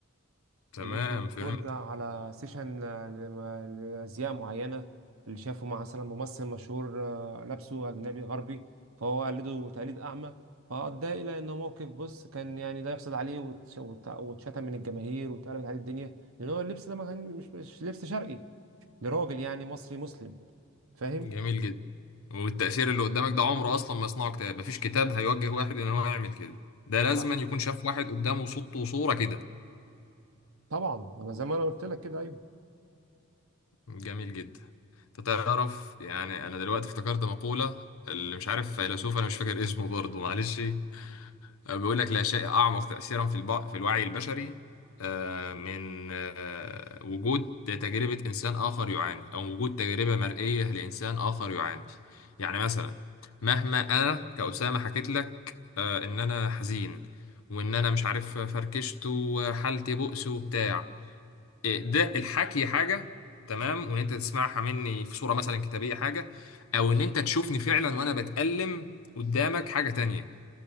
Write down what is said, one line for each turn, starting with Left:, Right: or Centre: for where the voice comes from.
Left: تمام
Right: دي جت من فرجة
Left: فهمت
Right: على سيشن ل- ل- لأزياء معينة اللي شافه مع مثلا ممثل مشهور آه، لابسه أجنبي غربي فهو قلده تقليد أعمى فأدى إلى إنه موقف بص كان يعني لا يحسد عليه واتش- وات- واتشتم من الجماهير واتقلبت عليه الدنيا لأن هو اللبس ده ما كان مش مش لبس شرقي لراجل يعني مصري مسلم فاهم؟
Left: جميل جدا والتأثير اللي قدامك ده عمره أصلا ما يصنعه كتاب مفيش كتاب هيوجه واحد إن هو يعمل كده ده لازما
Right: آه،
Left: يكون شاف واحد قدامه صوت وصورة كده
Right: طبعا أنا زي ما أنا قلت لك كده أيوه
Left: جميل جدا أنت تعرف يعني أنا دلوقتي افتكرت مقولة اللي مش عارف فيلسوف أنا مش فاكر اسمه برضه معلش آه، بيقول لك لا شيء أعمق تأثيرا في البع... في الوعي البشري آه، من آه، وجود تجربة إنسان آخر يعاني أو وجود تجربة مرئية لإنسان آخر يعاني يعني مثلا مهما أنا كأسامة حكيت لك آه، إن أنا حزين وإن أنا مش عارف فركشت وحالتي بؤس وبتاع إيه، ده الحكي حاجة تمام وإن أنت تسمعها مني في صورة مثلا كتابية حاجة أو إن أنت تشوفني فعلا وأنا بتألم قدامك حاجة تانية